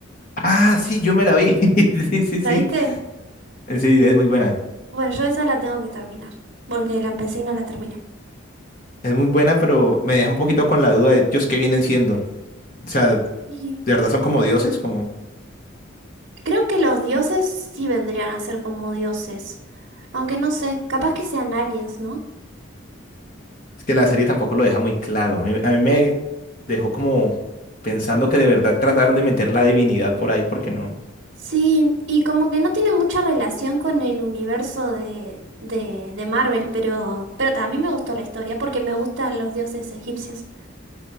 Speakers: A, on the left; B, on the right.
A: Ah, sí, yo me la vi. <laughs> Sí, sí,
B: ¿La
A: sí.
B: viste?
A: Eh, Sí, es muy buena.
B: Bueno, yo esa la tengo que terminar, porque la empecé y no la terminé.
A: Es muy buena, pero me deja un poquito con la duda de ellos qué vienen siendo. O sea, ¿de
B: Sí.
A: verdad son como dioses? Como
B: Creo que los dioses sí vendrían a ser como dioses. Aunque no sé, capaz que sean aliens, ¿no?
A: es que la serie tampoco lo deja muy claro. A mí, a mí me dejó como pensando que de verdad trataron de meter la divinidad por ahí porque no.
B: Sí, y como que no tiene mucha relación con el universo de, de, de Marvel, pero, pero también me gustó la historia porque me gustan los dioses egipcios.